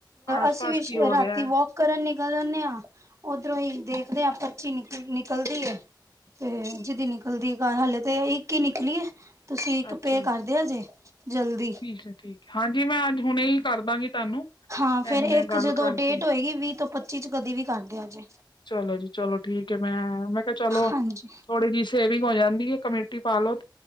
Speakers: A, on the left; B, on the right.
A: ਆਸ
B: ਅਸੀਂ
A: ਪਾਸ
B: ਵੀ
A: ਕੀ ਹੋ
B: ਰਾਤੀ
A: ਰਿਹਾ
B: ਵੋਕ ਕਰਨ ਨਿਕਲ ਜਾਂਦੇ ਹਾਂ ਉਓਧਰੋਂ ਹੀ ਦੇਖਦੇ ਹਾਂ ਪਰਚੀ ਨਿਕਲ ਨਿਕਲਦੀ ਹੈ ਤੇ ਜਿਦੀ ਨਿਕਲਦੀ ਘ ਹਾਲੇ ਤੇ ਇੱਕ ਹੀ ਨਿਕਲੀ ਤੁਸੀਂ ਇੱਕ
A: ਅੱਛਾ
B: ਪੇ ਕਰਦੇਓ ਜੇ ਜਲਦੀ
A: ਠੀਕ ਹੈ ਠੀਕ ਹਾਂਜੀ ਮੈਂ ਅੱਜ ਹੁਣੇ ਹੀ ਕਰਦਾਂਗੀ ਤੁਹਾਨੂੰ
B: ਹਾਂ ਫੇਰ
A: ਇਹ ਹੁਣੇ
B: ਇੱਕ
A: ਗੱਲ
B: ਜਦੋਂ
A: ਕਰਕੇ
B: ਡੇਟ ਹੋਏਗੀ ਵੀਹ ਤੋਂ ਪੱਚੀ ਚ ਕਦੀ ਵੀ ਕਰਦੇ ਆ ਜੇ
A: ਚਲੋ ਜੀ ਚਲੋ ਠੀਕ ਹੈ ਮੈਂ ਮੈਂ ਕਿਹਾ ਚਲੋ
B: ਹਾਂਜੀ
A: ਥੋੜੀ ਜਿ ਸੇਵਿੰਗ ਹੋ ਜਾਂਦੀ ਕਮੇਟੀ ਪਾਾਲ ਲੋ